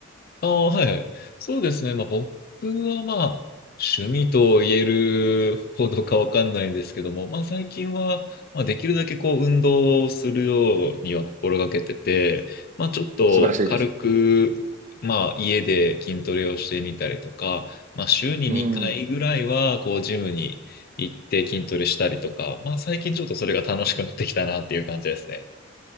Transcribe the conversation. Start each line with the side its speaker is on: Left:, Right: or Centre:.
Left: ああ、はいはい。そうですね。まあ僕はまあ趣味と言えるほどかわかんないんですけども、まあ最近は、まあ、できるだけこう運動をするようには心がけてて、まあちょっと軽く、
Right: 素晴らしいです。
Left: まあ家で筋トレをしてみたりとか、まあ週に2回ぐらいはこうジムに行って筋トレしたりとか、
Right: うん。
Left: まあ最近ちょっとそれが楽しくなってきたなっていう感じですね。